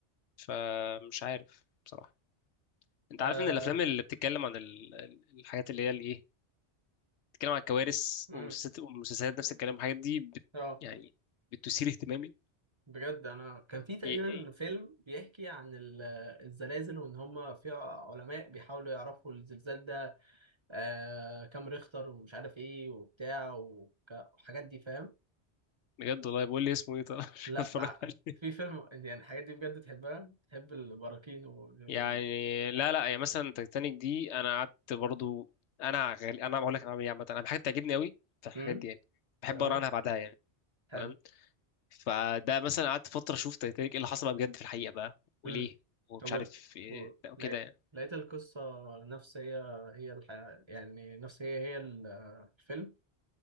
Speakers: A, on the left; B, on the right.
A: فمش عارف بصراحه انت
B: آه،
A: عارف ان الافلام اللي بتتكلم عن ال- ال- الحاجات اللي هي الايه بتتكلم عن الكوارث
B: امم
A: ومسلسلات ومسلسلات نفس الكلام الحاجات دي بت...
B: اه
A: يعني بتثير اهتمامي
B: بجد انا كان في تقريبا
A: إيه،
B: فيلم بيحكي عن ال- الزلازل وان هم في علماء بيحاولوا يعرفوا الزلزال ده آه كام ريختر ومش عارف ايه وبتاع وك- والحاجات دي فاهم
A: بجد والله بقول لي اسمه ايه طب <laughs> مش
B: لا
A: هتفرج
B: بقى
A: عليه
B: في فيلم يعني الحاجات دي بجد تحبها تحب البراكين وال
A: يعني
B: وال-
A: لا لا يعني مثلا تايتانيك دي انا قعدت برضو انا غال... انا بقول لك انا بعمل ايه عامه انا حاجه بتعجبني قوي في الحاجات
B: امم
A: دي يعني بحب
B: تمام
A: اقرا عنها بعدها يعني
B: حلو
A: تمام فده مثلا قعدت فتره اشوف تايتانيك ايه اللي حصل بقى بجد في الحقيقه بقى وليه
B: امم
A: ومش
B: طب وال...
A: عارف ايه
B: و-
A: بقى وكده
B: لقيت
A: يعني
B: لقيت القصة نفس هي هي الحياة يعني نفس هي هي ال- الفيلم